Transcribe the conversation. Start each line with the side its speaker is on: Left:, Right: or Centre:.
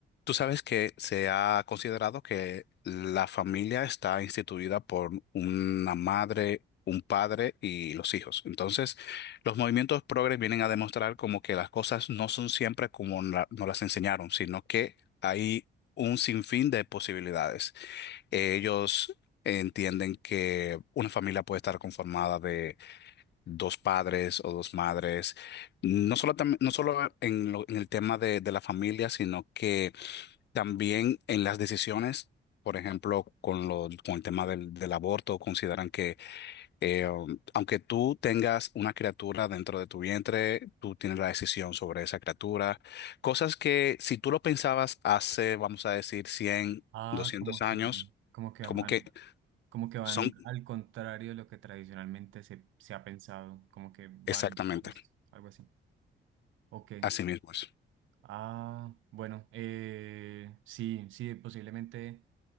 Left: tú sabes que se ha considerado que la familia está instituida por una madre, un padre y los hijos. Entonces, los movimientos progres vienen a demostrar como que las cosas no son siempre como la- nos las enseñaron, sino que hay un sinfín de posibilidades. Ellos entienden que una familia puede estar conformada dos padres o dos madres, no solo, tam- no solo en, lo- en el tema de, de la familia, sino que también en las decisiones, por ejemplo, con, lo, con el tema del, del aborto, consideran que eh, um, aunque tú tengas una criatura dentro de tu vientre, tú tienes la decisión sobre esa criatura, cosas que si tú lo pensabas hace, vamos a decir, 100
Right: Ah,
Left: 200
Right: como
Left: años,
Right: que, como que
Left: como
Right: van.
Left: que
Right: Como que van
Left: son
Right: al contrario de lo que tradicionalmente se, se ha pensado, como que van
Left: exactamente
Right: opuestos, algo así. Ok,
Left: así mismos.
Right: Ah, bueno, eh, sí, sí, posiblemente,